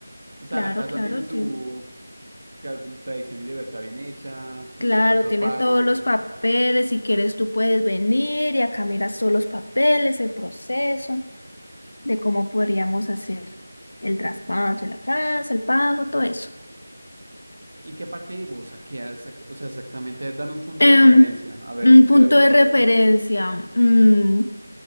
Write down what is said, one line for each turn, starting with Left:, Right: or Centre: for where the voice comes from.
Right: O sea,
Left: claro,
Right: la casa
Left: claro,
Right: tiene su,
Left: tío.
Right: ca- tradición y libertad bien hecha, sus
Left: Claro,
Right: impuestos
Left: tiene
Right: pagos.
Left: todos los papeles. Si quieres, tú puedes venir y acá miras todos los papeles, el proceso de cómo podríamos hacer el traspaso, el avance, el pago, todo eso.
Right: ¿Y qué parte de Busa? ¿Qué hace? o sea, exactamente, dame un punto
Left: Em,
Right: de referencia, a ver
Left: un
Right: si
Left: punto
Right: yo de pronto
Left: de referencia.
Right: recuerdo.
Left: mm,